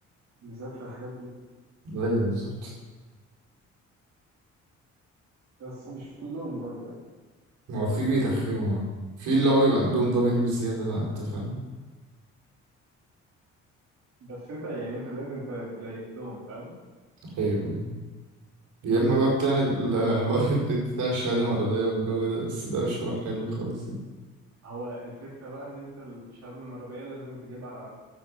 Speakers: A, on the right; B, on the right.
A: ميزات في الحاجات دي
B: أيوة بالظبط
A: بس مش كلهم برضه
B: ما هو في بيرخموا في اللي هو بيبقى عندهم ضمير بالزيادة بقى أنت فاهم
A: بس انت يعني انت لازم ت- تليس لهم فاهم
B: أيوه يا اما بقى بتعمل <laughs> الحوار اللي بتاع الشهاده المرضيه والجو ده بس ده مش حوار حلو خالص يعني
A: هو الفكرة بقى ان انت الشهادة المرضية لازم تجيبها